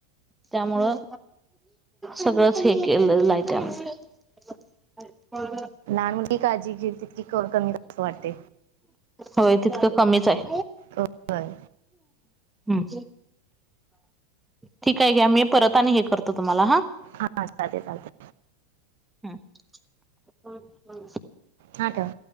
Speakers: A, in the centre; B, on the right.
A: त्यामुळं सगळंच हे केलेल आहे त्याचं <unintelligible>
B: लहान मुलांची काळजी घेईल तितकी क कमी असं वाटतंय.
A: होय, तितकं कमीच आहे.
B: होय
A: हम्म, ठीक आहे घ्या, मी परत आणि हे करतो तुम्हाला हा
B: हां चालते चालते
A: हम्म,
B: हा ठेवा.